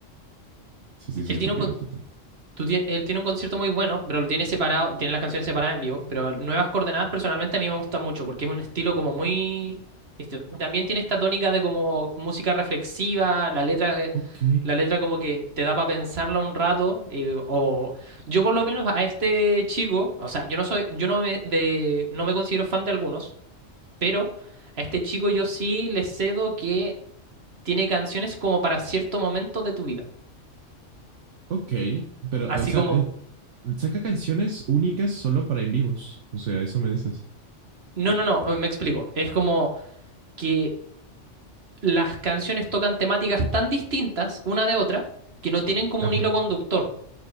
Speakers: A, on the right; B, on the right.
A: Sí, sí, sí,
B: Él
A: tú
B: tiene
A: tira,
B: un, con-
A: tú tira.
B: tú tie- él tiene un concierto muy bueno, pero lo tiene separado, tiene las canciones separadas en vivo, pero Nuevas Coordenadas personalmente a mí me gusta mucho porque es un estilo como muy... esto También tiene esta tónica de como música reflexiva, la letra, eh,
A: Ok.
B: la letra como que te da para pensarla un rato, eh, o... Yo por lo menos a este chico, o sea, yo no soy, yo no me, de, no me considero fan de algunos. Pero a este chico yo sí le cedo que tiene canciones como para cierto momento de tu vida.
A: Ok, pero,
B: Así
A: o sea,
B: como,
A: eh, saca canciones únicas solo para en vivos. O sea, eso me dices.
B: no, no, no, me explico. Es como que las canciones tocan temáticas tan distintas una de otra que no tienen como
A: Ajá.
B: un hilo conductor.